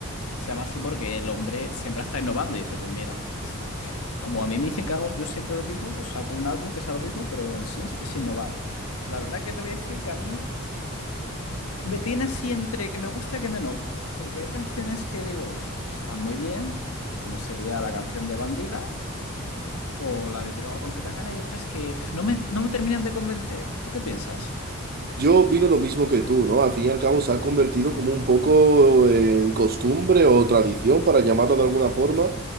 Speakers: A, on the left (about 85°); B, on the right (about 45°).
A: se llama así porque el hombre siempre está innovando y dice, pues mira. Como a mí me dicen que hago yo siempre lo mismo, pues saco un álbum que sea lo mismo, pero en sí es es innovar. La verdad que te voy a decir que a mí me tiene así entre que me gusta y que me no, porque hay canciones que digo, "Uf, están muy bien, como sería la canción de Bandida o la de Droga con C. Tangana, y otras que uf, no me, no me terminan de convencer. ¿Tú qué piensas?
B: Yo opino lo mismo que tú, ¿no? Al fin y al cabo se ha convertido como un poco en costumbre o tradición, para llamarlo de alguna forma.